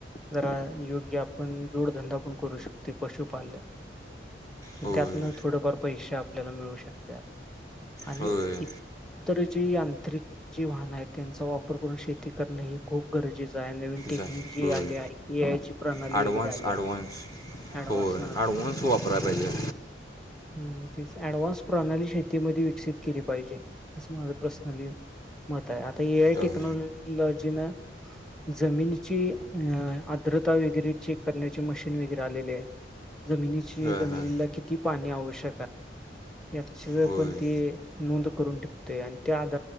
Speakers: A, in the centre; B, on the left.
A: जरा योग्य आपण जोडधंदा पण करू शकते पशुपालन.
B: होय
A: त्यातनं थोडंफार पैसे आपल्याला मिळू शकतात. आणि
B: होय
A: इतर जी यांत्रिक जी वाहनं आहेत त्यांचा वापर करून शेती करण हे. खूप गरजेचं आहे नवीन टेक्निक
B: जा
A: जी
B: होय
A: आल्या ए आय ची प्रणाली
B: ॲडव्हान्स
A: वगैरे आल्या.
B: ॲडव्हान्स
A: ॲडव्हान्स
B: होय अडवनस वापर आहे पहिलेे.
A: हम, ती अडव्हान्स प्रणाली शेतीमध्ये विकसित केली पाहिजे असं माझ प्रसनली. मत आहे आता ए आय
B: होय
A: टेक्नॉलॉजी ना. जमिनीची अ आर्द्रता वगैरे चेक करण्याचे मशीन वगैरे आलेले आहेत. जमिनीची
B: हां
A: जमिनीला
B: हां
A: किती पाणी आवश्यक आहे याच जर.
B: होय
A: पण ते नोंद करून टपतोय आणि त्या